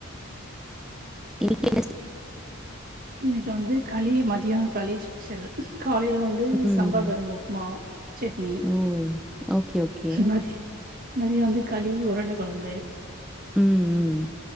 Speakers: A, in the centre; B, on the right.
A: இன்னிக்கி என்னது
B: இன்னிக்கு வந்து களி மதியோ களி ஸ்பெஷல் காலைல வந் து
A: ம்.
B: சம்பா கோதும உப்மா சட்னி
A: ஓ! Okay, okay.
B: மதியோ மதியோ வந்து களி உருண்ட கொழம்பு
A: ம், ம்.